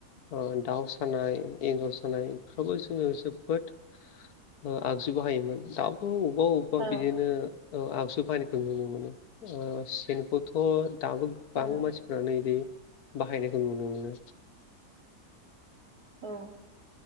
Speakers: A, on the left; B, on the right.
A: ओ दाउ सानाय एनजर सानाय इखौबो जोंङो जोबोद ओ आगजु बाहायोमोन दाबो अबबा अबा
B: औ
A: अ बिदिनो ओ आगजु बाहायनायखौ नुनो मोनो ओ सेनखौथ' दाबो
B: औ
A: बां मानसिफ्रानो बिदि बाहायनायखौ नुनो मोनो।
B: औ